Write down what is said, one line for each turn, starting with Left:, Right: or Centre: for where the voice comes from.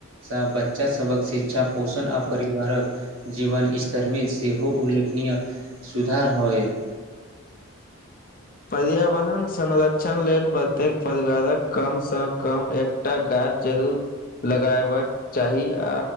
Right: सँ बच्चा सबक शिक्षा पोषण आ परिवारक जीवन स्तरमे सेहो उल्लेखनीय सुधार होयत
Left: पर्यावरण संरक्षण लेल प्रत्येक परिवारक कम सँ कम एक टा गाछ जरूर लगेबाक चाही आ